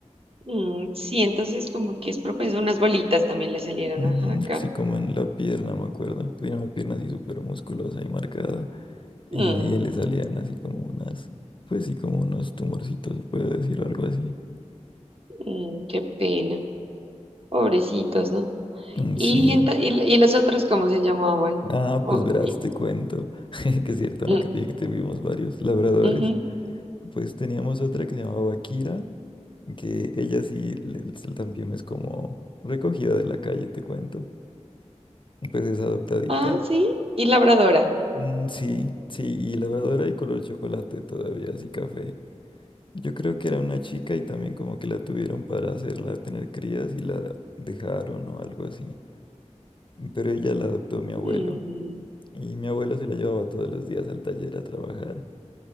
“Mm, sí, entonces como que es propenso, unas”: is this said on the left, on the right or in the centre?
Right